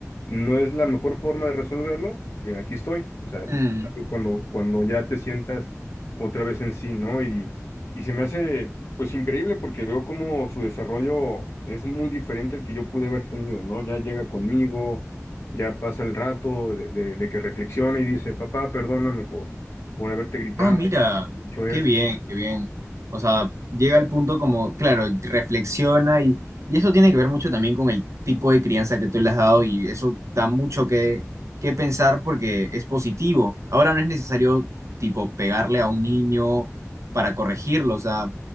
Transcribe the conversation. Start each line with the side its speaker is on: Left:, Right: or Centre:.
Left: no es la mejor forma de resolverlo, eh, aquí estoy, o sea,
Right: Mm.
Left: eh, cuando, cuando ya te sientas otra vez en sí, ¿no? Y, y se me hace, pues increíble porque veo como su desarrollo es muy diferente al que yo pude haber tenido, ¿no? Ya llega conmigo. Ya pasa el rato de, de de que reflexiona y dice, papá, perdóname por, por haberte gritado,
Right: Ah, mira,
Left: dicho
Right: qué
Left: eso.
Right: bien, qué bien. O sea, llega al punto como, claro, reflexiona y, y eso tiene que ver mucho también con el tipo de crianza que tú le has dado y eso da mucho que, que pensar porque es positivo. Ahora no es necesario, tipo, pegarle a un niño para corregirlo. O sea,